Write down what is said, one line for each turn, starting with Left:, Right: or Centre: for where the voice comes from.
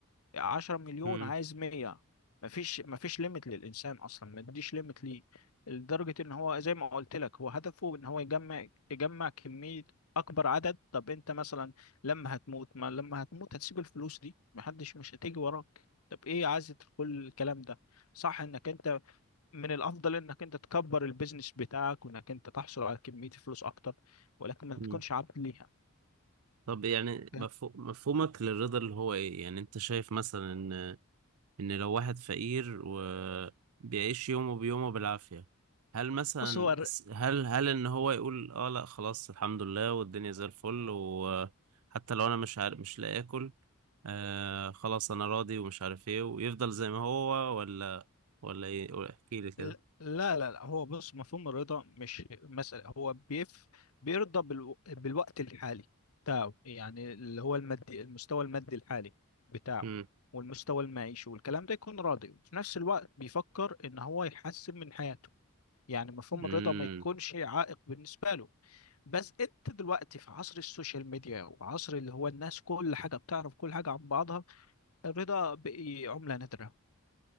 Left: 10 مليون
Right: مم.
Left: عايز 100 مفيش مفيش ليميت للإنسان أصلا ما تديش ليميت ليه لدرجة إن هو زي ما قلت لك هو هدفه إن هو يجمع يجمع كمية أكبر عدد طب أنت مثلا لما هتموت ما لما هتموت هتسيب الفلوس دي محدش مش هتيجي وراك طب إيه عايز كل الكلام ده صح إنك أنت من الأفضل إنك أنت تكبر البيزنس بتاعك وإنك أنت تحصل على كمية فلوس أكتر ولكن ما تكونش
Right: مم.
Left: عبد ليها
Right: طب يعني
Left: فاهم؟
Right: مفهو- مفهومك للرضا اللي هو ايه يعني انت شايف مثلا ان ان لو واحد فقير وبيعيش يومه بيومه بالعافية هل مثلا
Left: بص هو
Right: س- هل هل ان هو يقول اه لا خلاص الحمد لله والدنيا زي الفل وحتى لو انا مش عارف مش لاقي اكل آه خلاص انا راضي ومش عارف ايه ويفضل زي ما هو ولا ولا ايه قول- احكي لي كده
Left: لا لا لا هو بص مفهوم الرضا مش مسألة هو بيف بيرضى بالو... بالوقت الحالي بتاعه يعني اللي هو المادي المستوى المادي الحالي بتاعه
Right: مم.
Left: والمستوى المعيشي والكلام ده يكون راضي وفي نفس الوقت بيفكر ان هو يحسن من حياته يعني مفهوم
Right: مم.
Left: الرضا ما يكونش عائق بالنسبة له بس انت دلوقتي في عصر السوشيال ميديا وعصر اللي هو الناس كل حاجة بتعرف كل حاجة عن بعضها الرضا بقي عملة نادرة